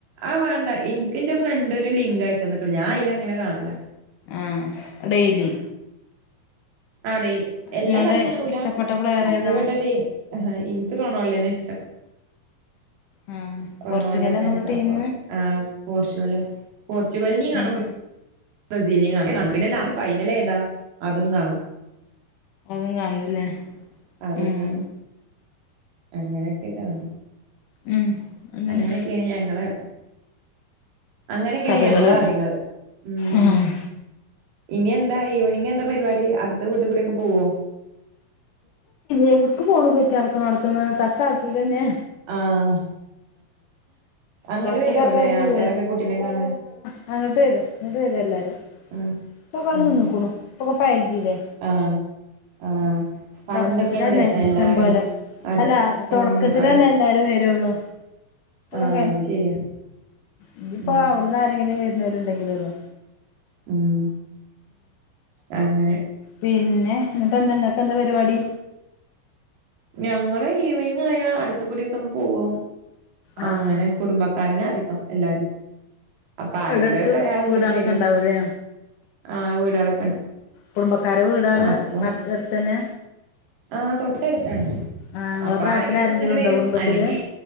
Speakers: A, on the right (about 80°); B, on the left (about 70°).
A: ആഹ് വേണ്ട എനിക്ക് എന്റെ ഫ്രണ്ട് ഒരു ലിങ്ക് അയച്ചന്നക്ക ഞാന അയ്ല ങ്ങനെ കാണല
B: ആഹ് ഡെയ്ലി
A: ആടി എല്ലാ
B: നിങ്ങളുടെ
A: കളിയും കാണൂല
B: ഇഷ്ടപ്പെട്ട പ്ലെയർ
A: ഇഷ്ടപ്പെട്ട
B: ഏതാ
A: ടീം ആഹ് എനിക്ക് റൊണാൾഡോനെ ഇഷ്ടം
B: ആഹ്
A: റൊണാൾഡോ
B: പോർച്ചുഗലാ
A: ഫാൻസ
B: നിങ്ങളുടെ ടീം
A: ആഹ് പോർച്ചുഗല്ല് പോർച്ചുഗല്നീ കാണ
B: ഉം
A: <unintelligible> ബ്രസീലിനി കാണ പിന്നെ അല്ല ഫൈനല ഏതാ അതും കാണും
B: അതും കാണല്ണ്ട്ല്ലേ
A: അതും
B: ഉം
A: കാണും അങ്ങനെയൊക്കെ കാണും
B: ഉം അങ്ങനെ
A: അങ്ങനൊക്കെയാണ് ഞങ്ങളെ അങ്ങനൊക്കെയാണ്
B: കഥകള്
A: ഞങ്ങളെ കാര്യങ്ങള്ൾ ഉം
B: ആഹ്
A: ഇനി എന്താ ഈവണിങ് എന്താ പരിപാടി അടുത്ത വീട്ട് കൂടി ഒക്കെ പോവോ
B: എവിട്ക്ക് പോണു പെറ്റട്ക്ക് നോട്ത്ത്ന്ന് തച്ചാട്ടുലെന്നെ
A: ആഹ് അങ്ങട്ട്
B: പൊറത്ത്ക്ക്
A: വരുല്ലേ
B: എറങ്ങാൻ പറ്റൂലേ
A: ആൾക്കാരൊക്കെ കുട്ടിനെ കാണാന്
B: ആഹ് ഇങ്ങട്ട് വെരും ഇങ്ങട്ട് വെരും എല്ലാരും
A: ഉം
B: ഇപ്പ വന്ന്
A: ഉം
B: നിന്നുക്ക്ണു ഇപ്പൾ പഴെകില്ലേ
A: ആഹ് ആഹ് പണ്ടൊക്കെയന്ന
B: തൊടക്കത്തിലല്ലേ
A: രസം
B: ഇഷ്ടം
A: എല്ലാരും
B: പോലെ
A: അടുത്ത്
B: അല്ല തൊടക്കത്തിലല്ലേ
A: ഉം അടു
B: എല്ലാരും വരുള്ളൂ
A: ആഹ്
B: <unintelligible>
A: അത് ശരിയാ
B: ഇനിയിപ്പോ
A: ഉം
B: അവിട്ന്ന് ആരെങ്കിലും വരുന്നവരുണ്ടെങ്കിലെള്ളോ
A: ഉം അങ്ങനെ
B: പിന്നെ എന്നിട്ട് എന്തെങ്ങക്ക എന്താ പരിപാടി
A: ഞങ്ങള് ഈവനിങ് ആയാ അട്ത്തു കൂടിയൊക്കെ ഒന്ന് പോകും
B: ആഹ്
A: അങ്ങനെ കുടുംബക്കാരനാ അധികം എല്ലാരും അപ്പൊ ആരെങ്കിലുംക്കരാൾ
B: ഇവിടെ അടുത്ത്
A: ഇങ്ങട്ട്
B: വീടാളൊക്കെ
A: വെരും
B: ഉണ്ടാവൂലേ
A: ആഹ് വീടാളൊക്കെണ്ട്
B: കുടുംബക്കാരെ വീടാള്
A: അപ്പൊ
B: അടുത്തന്നെ
A: ആഹ് തൊട്ടഎട്ത്താണ്
B: ആഹ് ഇങ്ങളെ
A: അപ്പൊ
B: പ്രായത്തില്
A: ആരെങ്കിലൊക്കെ
B: ആരെങ്കിലും
A: ഇങ്ങട്ട്
B: ഉണ്ടോ
A: വെരും
B: കുടുംബത്തില്
A: അല്ലെങ്കി